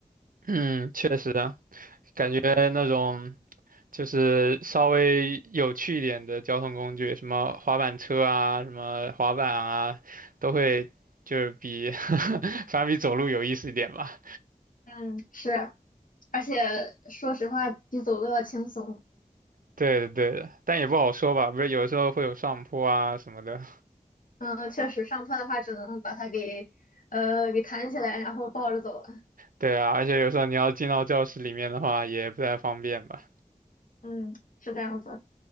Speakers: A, on the right; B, on the left.
A: 嗯，确实啊，感觉那种就是稍微有趣一点的交通工具，什么滑板车啊，什么滑板啊，都会就是比 <laughs> 反正比走路有意思一点吧。
B: 嗯，是，而且说实话比走路要轻松。
A: 对的，对的，但也不好说吧，不是有时候会有上坡啊什么的。
B: 嗯，确实上坡的话只能把它给呃给弹起来，然后抱着走了。
A: 对啊，而且有时候你要进到教室里面的话，也不太方便吧。
B: 嗯，是这样子。